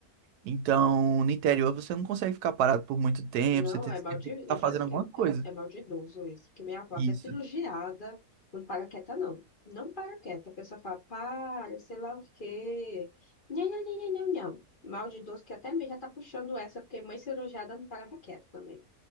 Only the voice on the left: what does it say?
Não,
é
maldi... eu
já
disse
que é,
é é maldidoso isso, porque minha avó é
até cirurgiada, não para quieta, não. Não para quieta, a pessoa fala, para, sei lá o quê. Não, não, não, não, não, não. Maldidoso que até mesmo já tá puxando essa, porque mãe cirurgiada não parava quieta também.